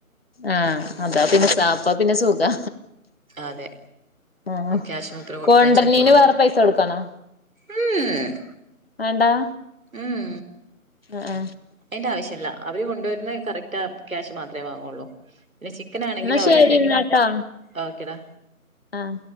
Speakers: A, on the left; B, on the right.
A: ആഹ് അതാ പിന്നെ അപ്പൊ പിന്നെ സുഖാ
B: അതെ
A: ആഹ്
B: ക്യാഷ് മാത്രം കൊടുത്താ
A: കൊണ്ടര്ണീന്
B: ചെയ്തോളും.
A: വേറെ പൈസ കൊടുക്കണോ
B: ഉം
A: വേണ്ടാ
B: ഉം
A: ആ ആ
B: അതിന്റെ ആവശ്യല്ല, അവര് കൊണ്ടുവരണ് കറക്റ്റ് ആ ക്യാഷ് മാത്രേ വാങ്ങുള്ളൂ. പിന്നെ ചിക്കൻ ആണെങ്കിലും
A: എന്നാ
B: അവിടെണ്ട്,
A: ശരി എന്നാട്ടോ
B: ഓക്കെടാ.
A: ആ